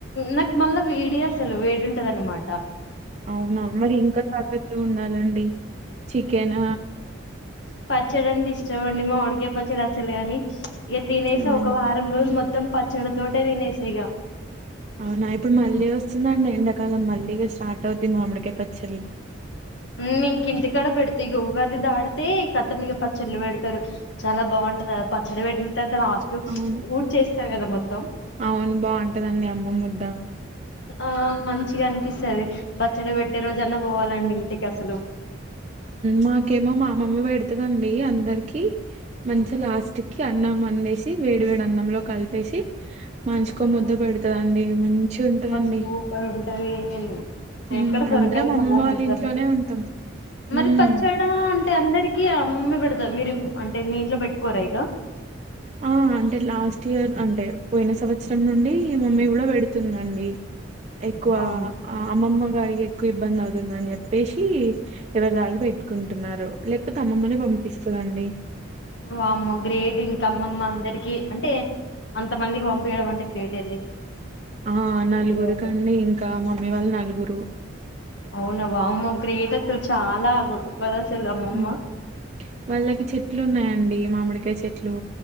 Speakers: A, on the left; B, on the right.
A: నాకు మా మళ్ళా వేడి అసలు వేడి ఉంటది అన్నమాట
B: అవునా మరి ఇంకా జాగ్రత్త ఉండాలండి. చికెన్
A: పచ్చడంటే ఇష్టంమండి మావిడికాయ పచ్చడ అసల్ గని ఇగ తినేసి
B: అవును
A: ఒక వారం రోజు మొత్తం పచ్చడి తోటే తినేసా ఇగ
B: అవునా ఇప్పుడు మళ్ళీ వస్తుందండి ఎండాకాలం మళ్ళీగా స్టార్ట్ అవుద్ది మామిడికాయ పచ్చళ్ళు
A: ఉమ్ ఇంకా ఇంటికాడ పెడుతే ఇగా ఉగాది దాడితే కత్తమిగ పచ్చళ్ళు పెడతారు చాలా బాగుంటంది ఆ పచ్చ నిర పెట్టిన తర్వాత లాస్ట్
B: అవును
A: ఊడ్ చేస్తారు. కదా మొత్తం
B: అవును బాగుంటదండి అమ్మమ్మ ముద్ద
A: ఆ మంచిగా అనిపిస్తది పచ్చడి పెట్టే రోజన్న పోవాలండి ఇంటికి అసలు
B: మాకేమో మా అమమ్మ పెడతదండి అందరికి మంచి లాస్ట్ కి అ అన్నం అండేసి వేడి వేడి అన్నంలో కలిపేసి మనిషికో
A: ఉమ్,
B: ముద్ద పెడుతదండి మంచిగా ఉంటదండి.
A: సూపర్ ఉంటది
B: ఉమ్
A: ఎక్కడ దొరకదు
B: అందరం అమ్మమ్మ
A: మళ్ళా
B: వాళ్ళ
A: ముద్ద
B: ఇంట్లోనే ఉంటాం.
A: మరి
B: మ్మ్
A: పచ్చడా అంటే అందరికీ అమ్మమే పేడతది మీరు ఇప్పుడు అంటే మీ ఇంట్లో పెట్టుకోరా ఇగ
B: ఆ అంటే లాస్ట్ ఇయర్ అంటే పోయిన సంవత్సరం నుండి మమ్మీ కూడా పెడుతుందండి. ఎక్కువ
A: అవును
B: అమ్మమ్మ గారికి ఎక్ ఎక్కువ ఇబ్బంది అవుతుందని చెప్పేసి ఎవరి రాళ్ళు పెట్టుకుంటున్నారు. లేకపోతే అమ్మమ్మని పంపిస్తద అండి
A: వామ్మో గ్రేట్ ఇంకా అమ్మమ్మ అందరికి అంటే అంత మంది కి పంపియడం అంటే గ్రేట్ లే
B: ఆ
A: పెట్టి
B: నలుగురి
A: ఒక్కతే
B: కండి. ఇంకా మమ్మీ వాళ్ళు నలుగురు.
A: అవునా వామ్మో గ్రేట్ అసలు చాలా గొప్పది అసలు అమ్మమ్మ
B: మ్ వాళ్ళకి చెట్లు ఉన్నాయండి. మామిడికాయ చెట్లు